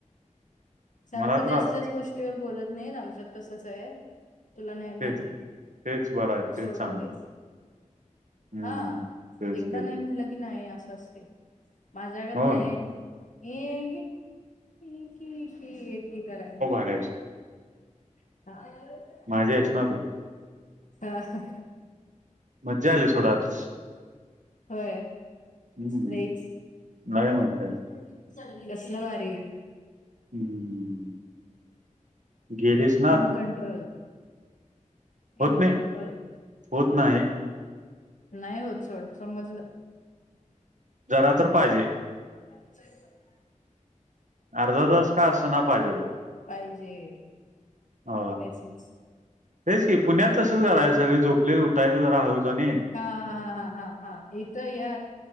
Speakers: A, on the left; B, on the right.
A: सारखं
B: मला त्रास
A: त्याच त्याच गोष्टीवर बोलत नाहीत आमच्यात तसंच आहे तुला नाही माहिती
B: तेच तेच बरं आहे तेच
A: सोडून
B: चांगलं
A: दे
B: हम्म
A: हा
B: तेच
A: एकदा
B: तेच
A: नाही म्हणलं की नाही असं असते. माझ्यागत
B: हो
A: नाही ये एकी एकी करायच
B: करायचं
A: <inaudible>
B: माझी आहेस ना तू
A: हा.
B: मज्जा आली सोड आज.
A: होय
B: हम्म
A: लईच
B: लय मज्जा आली
A: कसलं भारी आहे.
B: हम् गेणेश
A: इन कंट्रोल.
B: होत
A: इन
B: नाही
A: कंट्रोल.
B: होत नाही.
A: नाही हो सड समजलं.
B: जरा तर पाहिजे.
A: <unintelligible>
B: अर्धा दिस काय असतं ना पाहिजे बघ.
A: पाहिजे
B: अ
A: त्याची
B: तेच की पुण्यात तसंच करायं सगळे झोपले उठायचं जरा हहू जाणी
A: हा हा हा हा हा हा इथ या.